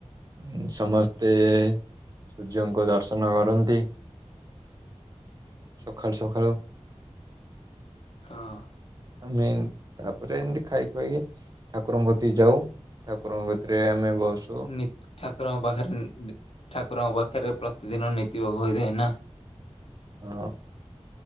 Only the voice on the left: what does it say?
ହଁ।
ନି ଠାକୁରଙ୍କ ପାଖରେ <unintelligible> ଠାକୁରଙ୍କ ପାଖରେ ପ୍ରତିଦିନ ନୀତି ଭୋଗ ହୋଇଥାଏ ନା।